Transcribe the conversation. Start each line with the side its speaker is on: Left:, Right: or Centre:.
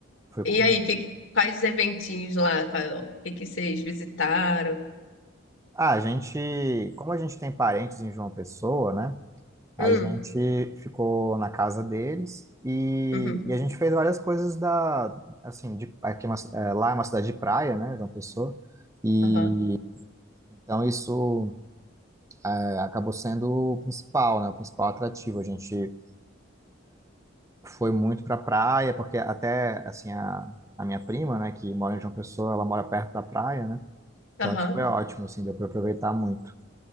Right: Fui
Left: E
Right: com...
Left: aí, que, que- quais eventinhos lá? Qual- o que que vocês visitaram?
Right: Ah, a gente... Como a gente tem parentes em João Pessoa, né? A
Left: Hum,
Right: gente ficou na casa deles e,
Left: uhum,
Right: e a gente fez várias coisas da, assim, de, aqui é uma- é, lá é uma cidade de praia, né, João Pessoa, e
Left: aham,
Right: então isso é, acabou sendo o principal, né, o principal atrativo. A gente foi muito para praia, porque até, assim, a, a minha prima, né, que mora em João Pessoa, ela mora perto da praia, né, então
Left: aham.
Right: isso foi ótimo, assim, deu para aproveitar muito.